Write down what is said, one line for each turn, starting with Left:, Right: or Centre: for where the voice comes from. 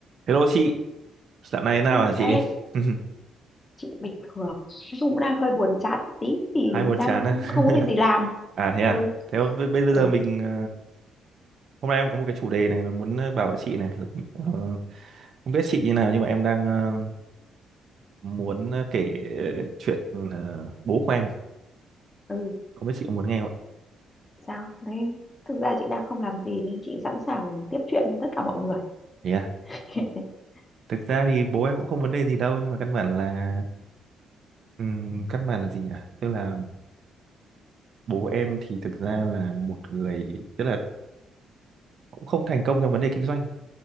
Right: Hello chị, dạo này nào
Left: Thôi
Right: hả
Left: chào
Right: chị?
Left: em,
Right: <laughs>
Left: chị bình thường. Nói chung cũng đang hơi buồn chán một tí thì
Right: Hai buồn
Left: đang
Right: chán à?
Left: không
Right: <laughs>
Left: có việc gì làm.
Right: À thế à?
Left: Ừ,
Right: Thế b- b- bây
Left: ừ,
Right: giờ mình ờ, hôm nay em có một cái chủ đề này mà muốn ờ, bảo với chị này. Ờ, không biết chị như nào nhưng mà em đang ờ, muốn ờ, kể ờ, chuyện ờ, bố của em.
Left: ừ,
Right: Không biết chị có muốn nghe không ạ?
Left: sao? Nên thực ra chị đang không làm gì nên chị sẵn sàng tiếp chuyện với tất cả mọi người.
Right: Thế à?
Left: <laughs>
Right: Thực ra thì bố em cũng không vấn đề gì đâu nhưng mà căn bản là ừm, căn bản là gì nhỉ? Tức là bố em thì thực ra là một người tức là cũng không thành công trong vấn đề kinh doanh.